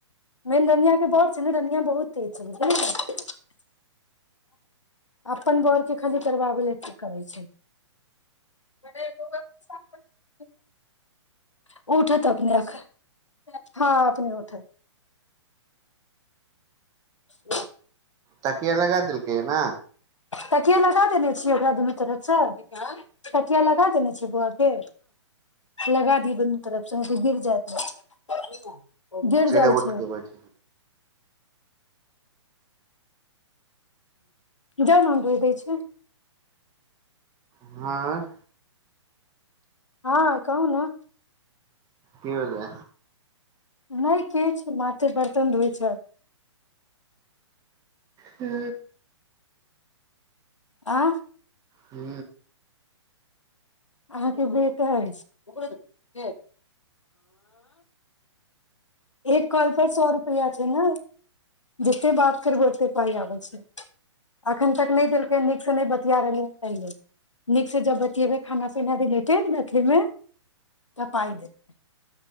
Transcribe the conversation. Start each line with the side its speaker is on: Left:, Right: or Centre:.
Left: मेन धनिय के बड़ छै ने धनिया बहुत तेज छै बुझलिय अपन बड़ के खाली करबाबै ल ठी करै छै ब बो ब <unintelligible> उठत अपने अख हँ अपने उठ ह
Right: ताकििया लगा देलकै ने
Left: तटकिया लगा देने छियै ओकरा दुनू तरफसँ तटकिया लगा देने छियै बौआ के लगा दिय दुनू तरफसँ यदि गिर जायत गिर
Right: सीधे
Left: जाइ
Right: उठ
Left: छै
Right: के बैठ
Left: जान भ दै छै
Right: हँ
Left: हँ कहू ने
Right: की बतै
Left: नहि किछु माटे बर्तन धोइत छथि
Right: हू
Left: आऑ
Right: हू
Left: अहाँके बेटा अछि एक कॉल परर सए रुपैआ छै ने जतेक बात फेरबै ओतेक पाइ आबै छै एखन तक नहि देलकै नीकसँ नहि बतििया रहलै ता लेल नीकसँ जब बतियेबै खाना पीना रिलेटेड मैथिलीमे तऽ पाइ देतै